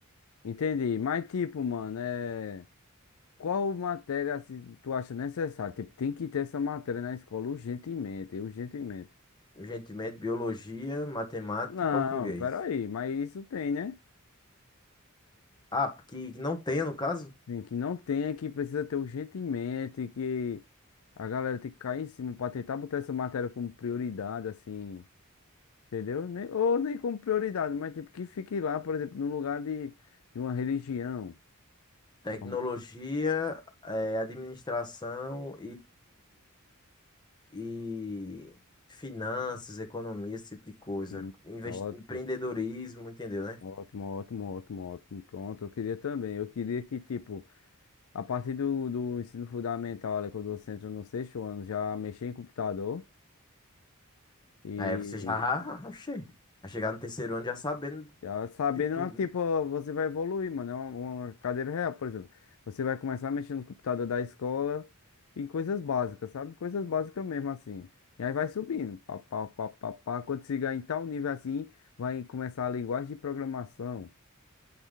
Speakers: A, on the left (about 70°); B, on the left (about 20°).
A: Entendi. Mas tipo, mano, é. Qual matéria assim, tu acha necessária? Tipo, tem que ter essa matéria na escola urgentemente, urgentemente.
B: Urgentemente, biologia, matemática
A: Não,
B: e português.
A: peraí, mas isso tem, né?
B: Ah, porque que não tem, no caso?
A: Tem que não tem, é que precisa ter urgentemente, que a galera tem que cair em cima pra tentar botar essa matéria como prioridade, assim, entendeu? Nem- ou nem como prioridade, mas tipo, que fique lá, por exemplo, no lugar de, de uma religião.
B: Tecnologia,
A: Uma,
B: eh, administração e finanças, economia, esse tipo de coisa.
A: um-
B: Invest... Empreendedorismo, entendeu, né?
A: Ótimo, ótimo, ótimo, ótimo. Pronto, eu queria também. Eu queria que, tipo, a partir do, do ensino fundamental, ali, quando você entra no sexto ano, já mexer em computador e
B: Aí você já, <laughs> oxê, vai chegar no terceiro ano já sabendo
A: já sabendo,
B: de tudo,
A: ah, tipo,
B: né?
A: você vai evoluir, mano. É uma, uma cadeira real, por exemplo. Você vai começar a mexer no computador da escola e coisas básicas, sabe? Coisas básicas mesmo, assim. E aí vai subindo, pá, pá, pá, pá, pá. Quando chegar em tal nível assim, vai começar a linguagem de programação.